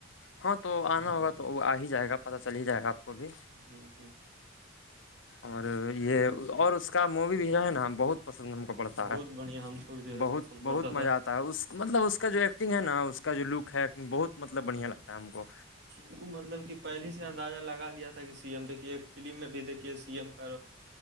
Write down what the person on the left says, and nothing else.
ہاں تو آنا ہوگا تو وہ آ ہی جائے گا پتا چل ہی جائے گا آپ کو بھی
اور یہ اور اس کا مووی بھی جو ہے نا بہت پسند ہم پڑتا
ہے
بہت
بہت
مزہ آتا ہے اس مطلب اس کا جو ایکٹنگ ہے نا اس کا کا جو لک ہے بہت مطلب بڑھیا لگتا ہے ہم کو